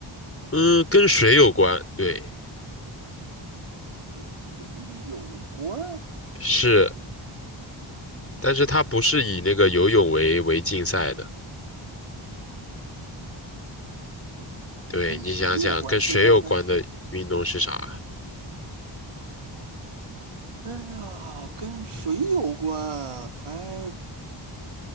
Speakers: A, on the left; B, on the right.
A: 嗯，跟水有关，对，
B: 跟水有关？
A: 是，但是它不是以那个游泳为为竞赛的，对，
B: 跟水有关，
A: 你想想，跟水有关的运动是啥？
B: 竟然还，哎呀，跟水有关，
A: 对，
B: 还